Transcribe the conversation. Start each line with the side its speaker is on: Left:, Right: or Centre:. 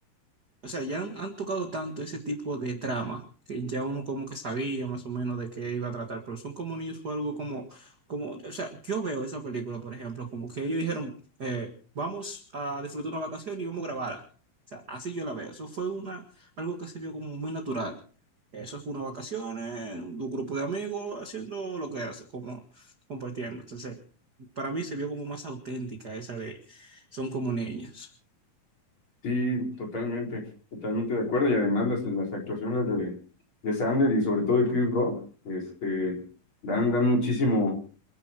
Right: O sea, ya han, han tocado tanto ese tipo de trama que ya uno como que sabía más o menos de qué iba a tratar, pero Son como niños fue algo como, como, o sea, yo veo esa película, por ejemplo, como que ellos dijeron, eh, vamos a disfrutar una vacación y vamos a grabarla. O sea, así yo la veo. Eso fue una, algo que se vio como muy natural. Eso fue una vacaciones, un grupo de amigos haciendo lo que era, como compartiendo. Entonces, para mí se vio como más auténtica esa de, son como niños.
Left: Sí, totalmente, totalmente de acuerdo. Y además las, las actuaciones de, de Sander y sobre todo de Chris Rock, este, dan, dan muchísimo,